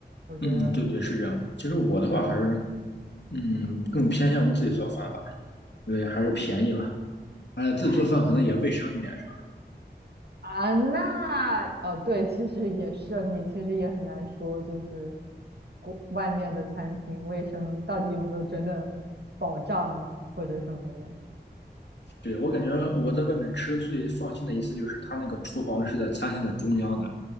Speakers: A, on the right (about 65°); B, on the left (about 80°).
A: 我觉得，
B: 嗯，对对，是这样的。其实我的话还是，嗯，更偏向于自己做饭吧，因为还是便宜嘛，而且自己做饭可能也卫生一点，
A: 哎，是
B: 是吧？
A: 啊，那哦，对，其实也是，你其实也很难说，就是国外面的餐厅卫生到底有没有真的保障啊，或者什么的。
B: 对，我感觉我在外面吃最放心的一次就是他那个厨房是在餐厅的中央的，